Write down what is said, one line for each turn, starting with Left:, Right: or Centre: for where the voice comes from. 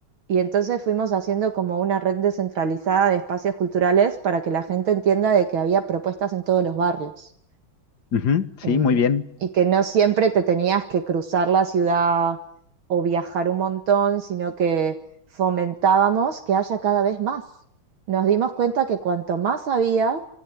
Right: y entonces fuimos haciendo como una red descentralizada de espacios culturales para que la gente entienda de que había propuestas en todos los barrios
Left: Ujú, Sí,
Right: eh,
Left: muy bien.
Right: y que no siempre te tenías que cruzar la ciudad o viajar un montón, sino que fomentábamos que haya cada vez más. Nos dimos cuenta que cuanto más había,